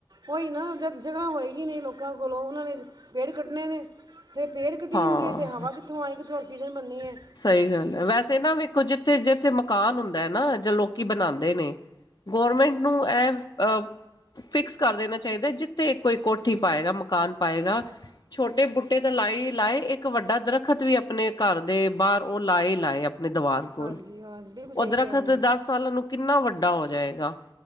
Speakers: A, on the right (about 60°); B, on the left (about 60°).
A: ਓਈ ਨਾ ਅਗਰ ਜਗ੍ਹਾ ਹੋਏਗੀ ਨਹੀਂ ਲੋਕਾਂ ਕੋਲੋਂ ਉਹਨਾਂ ਨੇ ਪੇੜ ਕੱਟਣੇ ਨੇ ਫਿਰ ਪੇੜ ਕਟੀਣਗੇ
B: ਹਾਂ
A: ਤੇ ਹਵਾ ਕਿੱਥੋਂ ਆਉਗੀ ਕਿੱਥੋਂ ਆਕਸੀਜਨ ਬਨਣੀ ਹੈ।
B: ਸਹੀ ਗੱਲ ਹੈ ਵੈਸੇ ਨਾ ਵੇਖੋ ਜੈ ਥੇ ਜਿੱਥੇ ਮਕਾਨ ਹੁੰਦਾ ਹੈ ਨਾ ਜ ਲੋਕੀ ਬਣਾਉਂਦੇ ਨੇ ਗੌਰਮੈਂਟ ਨੂੰ ਇਹ ਅ ਫਿਕਸ ਕਰ ਦੇਣਾ ਚਾਹੀਦਾ ਜਿੱਥੇ ਕੋਈ ਕੋਠੀ ਪਾਏਗਾ ਮਕਾਨ ਪਾਏਗਾ ਛੋਟੇ ਬੂਟੇ ਤੇ ਲਾਈ ਲਾਏ ਇੱਕ ਵੱਡਾ ਦਰਖਤ ਵੀ ਆਪਣੇ ਘਰ ਦੇ ਬਾਹਰ ਉਹ ਲਾਏ ਲਾਏ ਆਪਣੇ ਦੀਵਾਰ ਕੋਲ
A: ਹਾਂਜੀ ਹਾਂ ਬਿਲਕੁਲ ਸਹੀ
B: ਉਹ ਦਰਖਤ
A: ਕਹਿ ਰਹੇ ਹੋ
B: ਦੱਸ ਕਲ ਨੂੰ ਕਿੰਨਾ ਵੱਡਾ ਹੋ ਜਾਏਗਾ